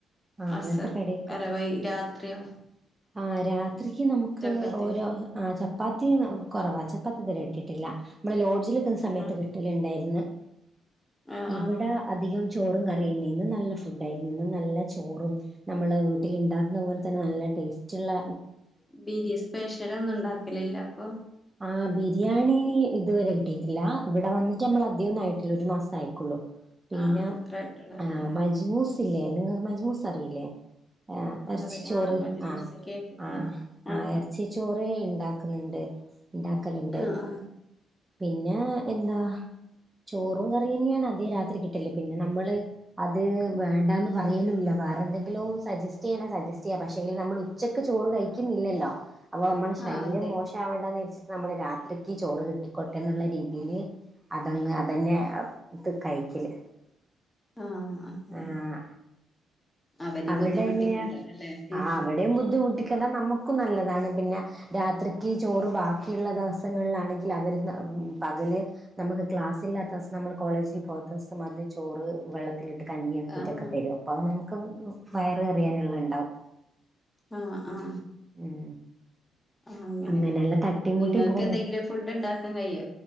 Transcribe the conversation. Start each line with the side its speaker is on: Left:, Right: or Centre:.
Right: ആ അങ്ങനത്തെ
Left: അസർ
Right: കടിയൊക്കെ
Left: അല്ല വൈ രാത്രിയോ
Right: ആ രാത്രിക്ക് നമുക്ക്
Left: ചപ്പാത്തിയോ
Right: ഓരോ ആ ചപ്പാത്തി കെറവാ ചപ്പാത്തി ഇതുവരെ ഇട്ടിട്ടില്ല നമ്മള് ലോ ജിൽക്കുന്ന
Left: സ്കൂളില്
Right: സമയത്ത്
Left: പോയ
Right: കിട്ടലുണ്ടായിരിന്ന്
Left: ആഹ്
Right: ഇവിടെ
Left: ആഹ്
Right: അധികം ചോറും കറിന്ന ഇന്ന് നല്ല ഫുഡ് ആയിരുന്നു ഇന്ന് നല്ല ചോറും നമ്മള് വീട്ടില് ഇണ്ടാക്കുന്ന
Left: വീട്ടിലുണ്ടാക്കുന്ന
Right: പോലെ തന്നെ നല്ല ടേസ്റ്റ് ഉള്ള
Left: ബിരി സ്പെഷ്യല ഒന്നും ഒണ്ടാക്കലില്ല അപ്പൊ
Right: ആ ബിരിയാണി ഇതുവരെ കിട്ടിയിട്ടില്ല ഇവിടെ വന്നിട്ട് നമ്മള അധികം ഒന്നും ആട്ടില്ല ഒരു മാസം ആയിക്കുള്ളു പിന്നെ
Left: ആഹ് അത്ര ആയിട്ടുള്ളവരല്ലേ
Right: ആ മജ്മൂസ് ല്ലേ നിങ്ങൾക്ക് മജ്മൂസ് അറിയില്ലേ ആഹ
Left: ആഹ്
Right: ഇറച്ചി
Left: അറി
Right: ചോറ്
Left: ആഹ് മജ്മൂസ്
Right: ആഹ
Left: കേട്ട്ക്ക്ണ്
Right: ആഹ ആ
Left: ആഹ്
Right: ഇറച്ചി ചോറ് ഇണ്ടാക്കുന്നുണ്ട് ഇണ്ടാക്കലുണ്ട്
Left: ആഹ് ആഹ്
Right: പിന്നെ എന്താ ചോറും കറിയ തന്നെയാണ് അധികം രാത്രി കിട്ടല് പിന്നെ നമ്മള് അത് വേണ്ടാന്ന് പറയലൂല്ല വേറെ എന്തെങ്കിലും സജസ്റ്റ് ചെയ്യ സജസ്റ്റ് ചെയ്യ പക്ഷെ ലെ നമ്മള് ഉച്ചക്ക് ചോറ് കഴിക്കുന്നില്ലല്ലോ അപ്പൊ നമ്മുടെ
Left: ആഹ്
Right: ശരീരം
Left: ആഹ് അതെ
Right: മോശമാവണ്ടെന്ന് വെച്ച് നമ്മള് രാത്രിക്ക് ചോറ് കിട്ടിക്കോട്ടെ എന്നുള്ള രീതിയില് അതങ്ങ് അതന്നെ ത് കഴിക്കല്
Left: ആഹ അങ്ങനെ
Right: ആഹ്
Left: അവരിം
Right: അവിടെ
Left: ബുദ്ധിമുട്ടിക്കണ്ടല്ലോ
Right: എങ്ങനെയാ
Left: അല്ലേ ഉം
Right: ആ അവിടെയും ബുദ്ധിമുട്ടി ക്ക്ന്ന നമുക്കും നല്ലതാണ് പിന്നെ രാത്രിക്ക് ചോറ് ബാക്കിയുള്ള ദിവസങ്ങളിലാണെങ്കി ന്ന അവര് ഉം പകല് നമുക്ക് ക്ലാസ്സ് ഇല്ലാത്തസം നമ്മൾ കോളേജിപോകത്ത സം അത് ചോറ് വെള്ളത്തിലിട്ട് കഞ്ഞിയാക്കിയിട്ടൊക്കെ
Left: ആഹ്
Right: തരും അപ്പൊ അത് നമുക്ക് വയറ് നിറയാനുള്ള ഇണ്ടാവും
Left: ആഹ ആഹ
Right: ഉം
Left: ആ അങ്ങനെ
Right: അങ്ങനെയെല്ലാം തട്ടിമുട്ടി
Left: നിങ്ങൾക്ക്
Right: പോകുന്നത്
Left: എന്തെങ്കിലും ഫുഡ് ഉണ്ടാക്കാൻ കഴിയോ